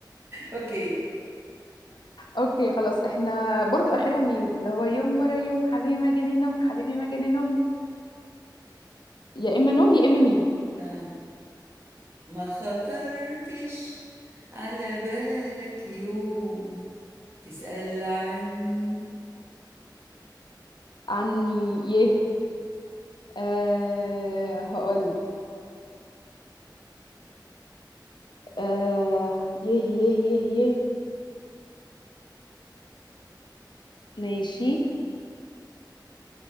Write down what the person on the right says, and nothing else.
اوكي
آه. ما خطرتش على بالك يوم تسأل عني